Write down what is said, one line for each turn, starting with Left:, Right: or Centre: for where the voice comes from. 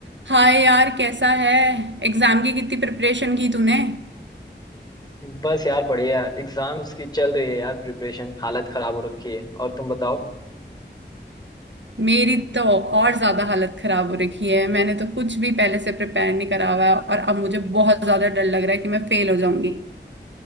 Right: हाय यार कैसा है एग्जाम की कितनी प्रिपरेशन की तूने
Left: बस यार बढ़िया एग्जाम्स की चल रही है यार प्रिपरेशन हालत खराब हो रखी है और तुम बताओ
Right: मेरी तो और ज्यादा हालत खराब हो रखी है मैंने तो कुछ भी पहले से प्रिपेयर नहीं करा हुआ है और अब मुझे बहुत ज्यादा डर लग रहा है कि मैं फेल हो जाऊंगी